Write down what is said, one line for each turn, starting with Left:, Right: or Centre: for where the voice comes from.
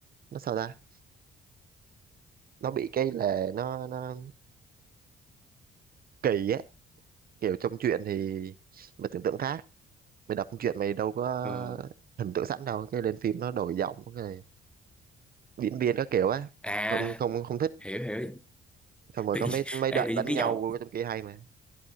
Right: nó sao ta nó bị cái là nó nó kỳ á kiểu trong truyện thì mày tưởng tượng khác mày đọc truyện mày đâu có
Centre: ừ
Right: hình tượng sẵn đâu cái lên phim nó đổi giọng cái diễn viên các kiểu á
Centre: à
Right: không không không thích
Centre: hiểu hiểu
Right: xong rồi
Centre: tự,
Right: có mấy mấy
Centre: ê,
Right: đoạn
Centre: tự nhiên
Right: đánh
Centre: cái
Right: nhau
Centre: giọng
Right: trong kia hay mà